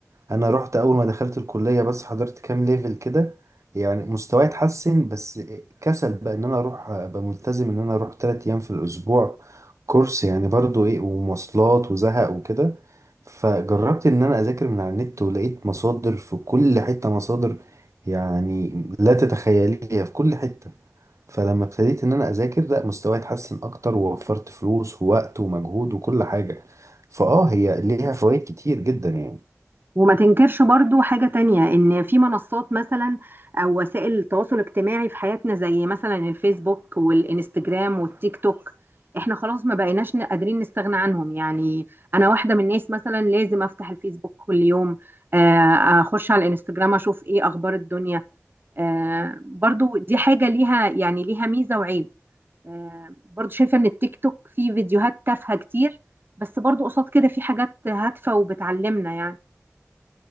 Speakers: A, on the right (about 75°); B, on the right (about 45°).
A: انا رحت اول ما دخلت الكليه بس حضرت كام ليفل كده يعني مستواي اتحسن بس كسل بقى ان انا اروح ابقى ملتزم ان انا اروح تلات ايام في الاسبوع كورس يعني برضو ايه ومواصلات وزهق وكده فجربت ان انا اذاكر من على النت ولقيت مصادر في كل حته مصادر يعني لا تتخيليها في كل حته فلما ابتديت ان انا اذاكر لا مستواي اتحسن اكتر ووفرت فلوس ووقت ومجهود وكل حاجه فاه هي ليها فوائد كتير جدا يعني
B: وما تنكرش برضو حاجة تانية إن في منصات مثلا أو وسائل التواصل الاجتماعي في حياتنا زي مثلا الفيسبوك والإنستجرام والتيك توك إحنا خلاص ما بقيناش ن- قادرين نستغنى عنهم يعني أنا واحدة من الناس مثلا لازم أفتح الفيسبوك كل يوم آه، أخش على الإنستجرام أشوف إيه أخبار الدنيا آه، برضو دي حاجة ليها يعني ليها ميزة وعيب آه، برضو شايفة ان التيك توك فيه فيديوهات تافهة كتير بس برضو قصاد كده في حاجات هادفة وبتعلمنا يعني